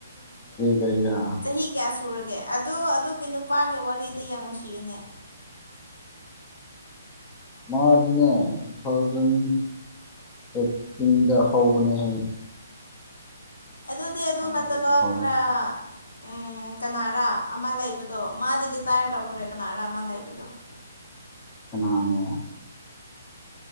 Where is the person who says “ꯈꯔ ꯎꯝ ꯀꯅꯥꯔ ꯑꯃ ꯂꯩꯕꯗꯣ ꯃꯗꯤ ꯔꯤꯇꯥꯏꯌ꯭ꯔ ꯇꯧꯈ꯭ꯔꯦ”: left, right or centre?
Left